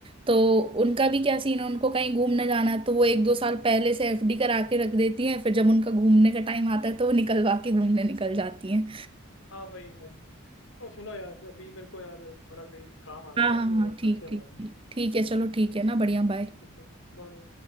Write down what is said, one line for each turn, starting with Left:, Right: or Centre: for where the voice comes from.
Right: तो उनका भी क्या सीन है उनको कहीं घूमने जाना है तो वो एक दो साल पहले से एफडी करा के रख देती हैं फिर जब उनका घूमने का टाइम आता है तो वो निकलवा के घूमने निकल जाती हैं
Left: हाँ वही वही और सुनो यार अभी मेरे को यार थोड़ा कहीं काम आ गया
Right: हाँ
Left: है
Right: हाँ
Left: तो
Right: हाँ
Left: करते
Right: ठीक
Left: हैं
Right: ठीक
Left: बाद में
Right: ठीक ठीक है चलो ठीक है ना बढ़िया बाय
Left: ठीक है बाय